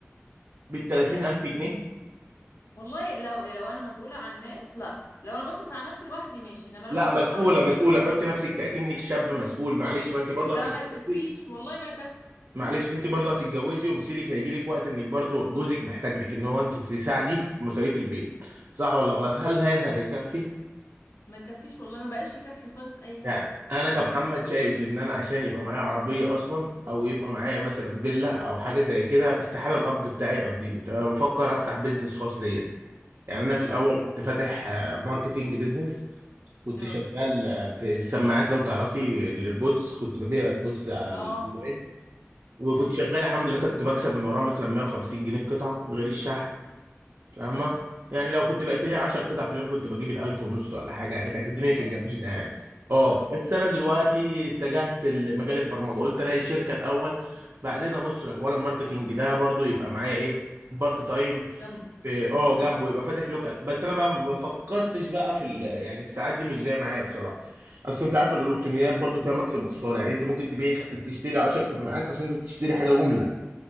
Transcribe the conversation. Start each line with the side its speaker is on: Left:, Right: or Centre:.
Right: بال 30000
Left: آه
Right: جنيه
Left: والله لو لو انا مسؤولة عن ناس لا لو انا بصرف على نفسي لوحدي ماشي انما لو
Right: لا
Left: انا
Right: مسؤوله
Left: مسؤولة عن
Right: مسؤوله
Left: ناس
Right: حطي نفسك اكنك شاب مسؤول معلش ما انت
Left: <laughs>
Right: برضه
Left: ده
Right: هتتجوزي
Left: ما يكفيش والله ما يكفي
Right: معلش
Left: <laughs>
Right: انت برضه هتتجوزي ومصيرك هيجي لك وقت انك برضه جوزك محتاج لك ان هو انت تساعديه
Left: صح.
Right: في مصاريف البيت صح ولا غلط
Left: اه
Right: هل هذا هيكفي
Left: ما يكفيش والله ما بقاش يكفي خالص اي حاجة
Right: يعني انا كمحمد شايف ان انا عشان يبقى معايا عربيه اصلا او يبقى معايا مثلا فيلا او حاجه زي كده استحاله القبض بتاعي يقضيني فبفكر افتح بيزنس خاص ليا يعني انا في الاول
Left: اه فعلا
Right: كنت فاتح آه، ماركتينج بيزنس كنت
Left: اه
Right: شغال آه، في السماعات لو تعرفي الايربودز كنت ببيع ايربودز على
Left: اه
Right: الاونلاين وكنت
Left: امم
Right: شغال الحمد لله كنت بكسب من وراها مثلا 150 جنيه القطعه غير الشحن فاهمة
Left: ايوه
Right: يعني لو كنت بقيت لي 10 قطع في اليوم كنت بجيب الألف ونص ولا حاجة يعني كانت الدنيا كانت
Left: حلو.
Right: جميلة يعني اه
Left: اه
Right: بس أنا دلوقتي اتجهت لمجال البرمجة قلت ألاقي شركة الأول بعدين أبص لحوار الماركتينج ده برضو يبقى معايا إيه بارت تايم
Left: جنبه
Right: في- اه
Left: امم
Right: جنبه يبقى فاتح لوكال بس أنا بقى ما فكرتش بقى في ال- يعني الساعات دي مش جاية معايا بصراحة أصل أنت عارف الإلكترونيات برضو فيها مكسب وخسارة يعني أنت ممكن تبيع تشتري 10 سماعات أصل أنت تشتري حاجة جملة